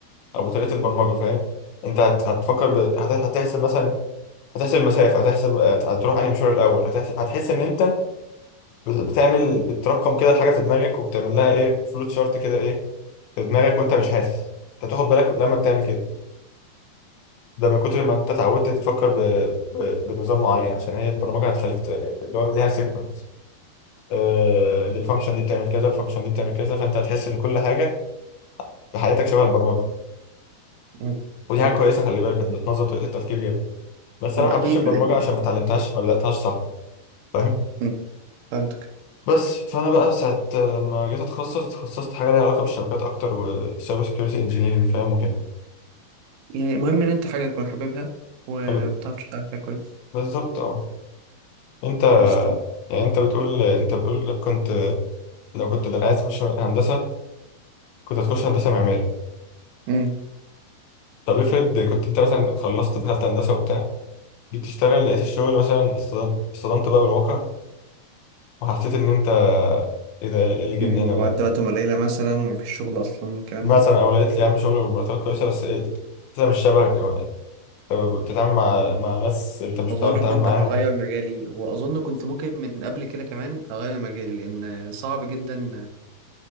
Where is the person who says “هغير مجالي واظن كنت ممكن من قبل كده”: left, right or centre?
Right